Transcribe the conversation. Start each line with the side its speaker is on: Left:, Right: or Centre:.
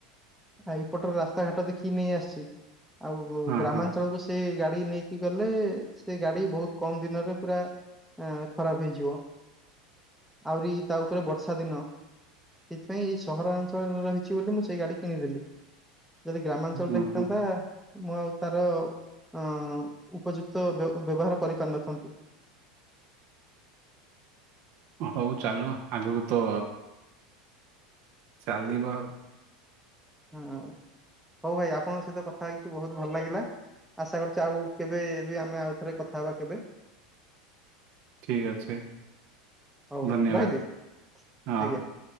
Centre: ଆ ଏଇ ପଟରେ ରାସ୍ତାଘାଟ ଦେଖିକି ନେଇ ଆସିଚି ଆଉ
Right: ହଁ
Centre: ଗ୍ରାମାଞ୍ଚଳକୁ
Right: ହଁ
Centre: ସେ ଗାଡ଼ି ନେଇକି ଗଲେ ସେ ଗାଡ଼ି ବୋହୁତ୍ କମ ଦିନରେ ପୁରା ଏଁ ଖରାପ୍ ହେଇଯିବ ଆହୁରି ତା ଉପରେ ବର୍ଷା ଦିନ। ସେଇଥିପାଇଁ ଏଇ ସହର ଅଞ୍ଚଳରେ ରହିଚି ବୋଲି ମୁଁ ସେଇ ଗାଡ଼ି କିଣିଦେଲି। ଯଦି ଗ୍ରାମାଞ୍ଚଳରେ
Right: ଉଁ
Centre: ହେଇଥାନ୍ତା
Right: ହୁଁ
Centre: ମୁଁ ଆଉ ତାର ଅଁ ଉପଯୁକ୍ତ ବେ ବ୍ୟବହାର କରିପାରିିନଥାନ୍ତି।
Right: ହୋଉ ଚାଲୁ ଆଗୁକୁ ତ ଚାଲିବ ଆଉ।
Centre: ହୁଁ ହୋଉ ଭାଇ ଆପଣଙ୍କ ସହିତ କଥା ହେଇଚି ବୋହୁତ୍ ଭଲ ଲାଗିଲା ଆଶା କରୁଚି ଆଉ କେବେ ଏବେ ଆମେ ଆଉ ଥରେ କଥା ହେବା କେବେ।
Right: ଠିକ ଅଛି
Centre: ହୋଉ ଭାଇ
Right: ଧନ୍ୟବାଦ
Centre: ରହିଲି
Right: ହଁ।
Centre: ଆଜ୍ଞା।